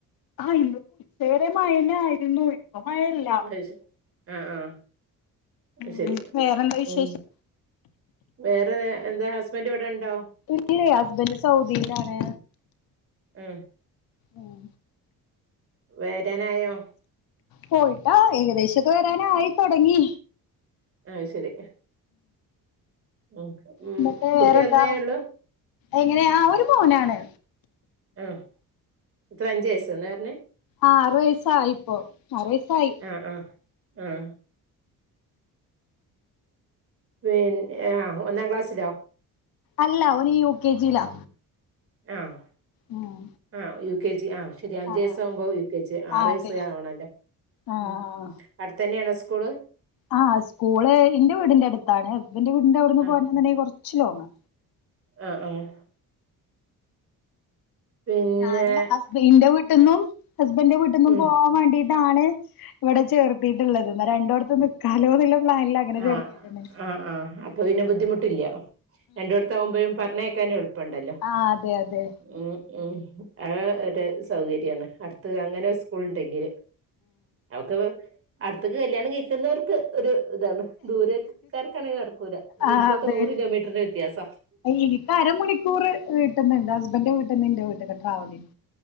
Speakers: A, on the left; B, on the right.
A: ആഹ് ഇന്ന് ഇതേരെ മഴേനെ ആയിരുന്നു ഇപ്പ മഴയില്ല.
B: അയ്ശരി ആ ആഹ്
A: ഉം
B: അയ് ശരി
A: വേറെന്താ വിശേഷം
B: ഉം വേറെ എന്താ ഹസ്ബൻറ് ഇവിടെ ഇണ്ടോ?
A: ഇല്ലേ ഹസ്ബൻഡ് സൗദിയിലാണ്
B: ആഹ്
A: ഉം
B: വേദനായോ?
A: പോയിട്ടാ ഏകദേശൊക്കെ വരാനായി ത്തൊടങ്ങി.
B: അയ് ശരി. ഉം
A: എന്നിട്ട്
B: കുട്ടി
A: വേറെന്താ
B: ഒന്നേ ഉള്ളു.
A: എങ്ങനെയാ ഒരു മോനാണ്.
B: ആ എത്രയാ അഞ്ച് വയസ് ന്നല്ലെ റഞ്ഞേ?
A: ആഹ് ആറ് വയസ്സായിപ്പോ ആറു വയസായി.
B: ആഹ് ആ ആഹ് പിന്നെ എ ആഹ് ഒന്നാം ക്ലാസ്സിലോ?
A: അല്ല ഓന് യു കെ ജിയിലാ.
B: ആഹ്
A: ഉം
B: ആഹ് യു കെ ജി ആഹ് ശരി അഞ്ച്
A: ആഹ്
B: വയസ്സ് ആവുമ്പോ യു കെ ജി ആറു
A: ആഹ്
B: വയസ്
A: അതെ
B: ആവണ ല്ലേ
A: ആഹ്
B: ഉ അടുത്തന്നെയാണോ സ്കൂള്?
A: ആഹ് സ്കൂള് ഇന്റെ വീടിന്റെ അടുത്താണ് ഹസ്ബൻഡറ് വീടിന്റെ അവിടുന്ന്
B: ആഹ്
A: പോണെന്ന് ണ്ടെങ്കി കൊറച്ച് ലോങ്ങാ.
B: ആഹ് ആഹ് പിന്നെ
A: ഞാന് ഹസ്ബന്റെ വീട്ടി ന്നും ഹസ്ബൻഡിന്റെ വീട്ടിൽ നിന്നും
B: ഉം
A: പോവാൻ വേണ്ടീട്ടാണ്. ഇവിടെ ചേർത്തിട്ടുള്ളത് എന്നാ രണ്ടോട്ത്തും നിൽക്കാലോന്നുള്ള പ്ലാനില്ല അങ്ങനെ
B: ആഹ്
A: ചേർത്തിക്ണെ
B: ആഹ് ആഹ് അപ്പൊ പിന്നെ ബുദ്ധിമുട്ടില്ല രണ്ടോട്ത്താകുമ്പോഴും പറഞ്ഞേക്കാന് എളുപ്പണ്ടല്ലോ.
A: ആ അതെ അതെ
B: ഉം ഉം <unintelligible> സൗകര്യാണ് അടുത്ത് അങ്ങനെ സ്കൂൾ ഉണ്ടെങ്കില് അവ്ക്ക്. അടുത്ത്ക്ക് കല്യാണം കഴിക്കുന്നോർക്ക് ഒരു ഇതാണ്. ദൂരെക്കാർക്കാണെങ്കിൽ നടക്കൂല
A: ആ
B: എനിക്കൊക്കെ
A: അതെ
B: നൂറ് കിലോമീറ്ററിന്റെ വ്യത്യാസ.
A: എനിക്ക് അരമണിക്കൂർ വീട്ട്ന്നുണ്ട് ഹസ്ബൻഡിന്റെ വീട്ടിൽന്ന് ഇന്റെ വീട്ട്ക്ക് ട്രാവലിങ്.